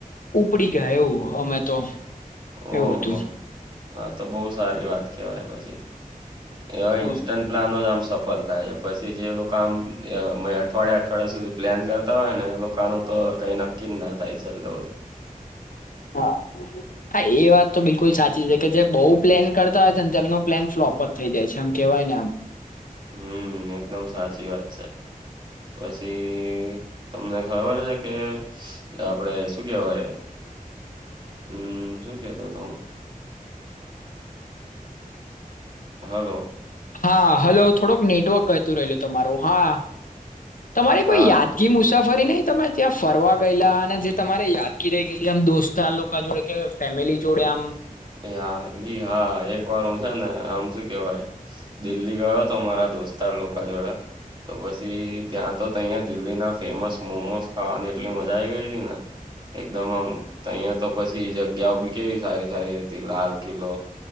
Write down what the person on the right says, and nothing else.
ઓહો
હા, તો બહુ સારી વાત કેવાય પછી. એવા
ઇન્સ્ટન્ટ પ્લાન આમ સપ ફલ થાય છે પછી જે લોકો આમ અઠવાડિયા અઠવાડિયા સુધી પ્લેન કરતા હોય ને એ લોકોનું તો કઈ ન કિન ના થાય ચાલ રહો દે.
હમ્મ, એકદમ સાચી વાત છે. પછી તમને ખબર છે કે આપડે શું કેવાય હમ્મ, શું કેતો તો હું. હલો.
હા
એ યાદગી હા એક વાર હું છે ને આમ શું કેવાય દિલ્હી ગયો હતો મારા દોસ્તાર લોકો જોડે તો પછી ત્યાં તો તહીંયા દિલ્હીના ફેમસ મોમોસ ખાવાની એટલી મજા આઈ ગઈ હતી ને એકદમ આમ તહીંયા તો પછી જગ્યાઓ બી કેવી સારી સારી હ તી લાલ કિલો